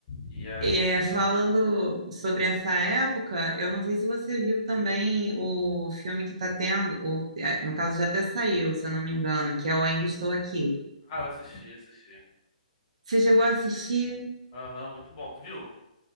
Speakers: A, on the left; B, on the right.
A: E aí.
B: É, falando sobre essa época, eu não sei se você viu também o filme que está tendo, o- é, no caso já até saiu, se eu não me engano, que é o Ainda Estou Aqui.
A: Ah, eu assisti, assisti.
B: Você chegou a assistir?
A: Aham, muito bom. Tu viu?